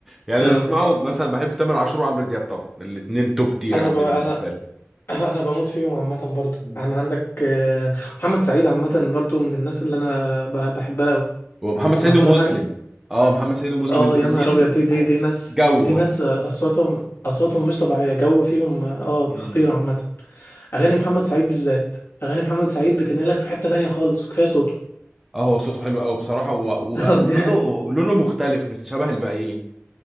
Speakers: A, in the centre; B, on the left.
A: يعني
B: اه
A: انا اسمعه مثلا بحب تامر عاشور وعمرو دياب طبعا الاثنين توب تير
B: انا
A: عندي
B: ب... انا
A: بالنسبه لي
B: <clears throat> انا بموت فيهم عامة برضو
A: مم.
B: يعني عندك آه، محمد سعيد عامة برضو من الناس اللي انا ب- بحبها قوي
A: ومحمد
B: انت سمعت
A: سعيد ومسلم
B: له حاجة
A: اه محمد سعيد ومسلم
B: اه
A: الاثنين
B: يا نهار ابيض دي دي دي ناس
A: جو
B: دي ناس
A: بس
B: اصواتهم اصواتهم مش طبيعية جو فيهم اه
A: مم.
B: خطير عامة اغاني محمد
A: مم.
B: سعيد بالذات اغاني محمد سعيد بتنقلك في حتة تانية خالص وكفاية صوته <laughs>
A: اه هو صوته حلو قوي بصراحه و-
B: اه
A: ولونه
B: دي حقيقة
A: لونه مختلف مش شبه الباقيين